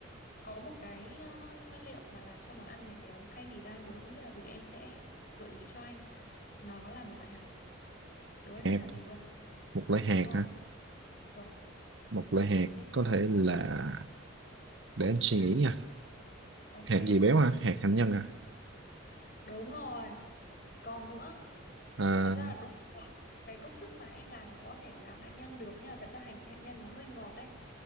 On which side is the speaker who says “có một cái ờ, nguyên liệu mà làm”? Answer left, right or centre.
Left